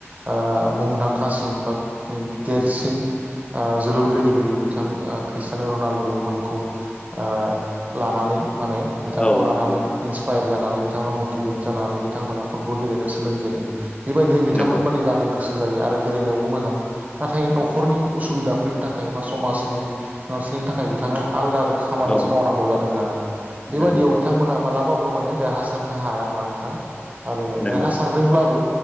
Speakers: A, on the right; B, on the left.
A: ओ मुंदांखासिन बा दे देरसिन थिं आ जोलुर गेलेगिरि बिथां आ क्रिस्टियान' रनाल्द' मोनखौ। आ लानानै माने बिथांखौ
B: औ
A: लानानै।
B: नंगौ
A: इन्सपायार जानानै बिथांआ मटिभेट जानानै। बिथांमोना फुटबल गेलेनो सोलोंजेनो बेबायदिनो बिथांमोन
B: नंगौ
A: बादि जानो गोसो। गो जायो आरो गेलेनायावबो मोजां नाथाय न'खरनि उसुबिदाफोरनि थाखाय बा समाजनि। नारसिन थाखाय बिथाङा आलादा खामानिसो
B: औ
A: मावनांगौ जादों आरो बेबायदियाव
B: नंगौ
A: बिथांमोना मालाबा। खौ माने देरहासारनो हायाब्ला नोंथां आरो
B: नंगौ
A: देरहासारदोंब्लाबो।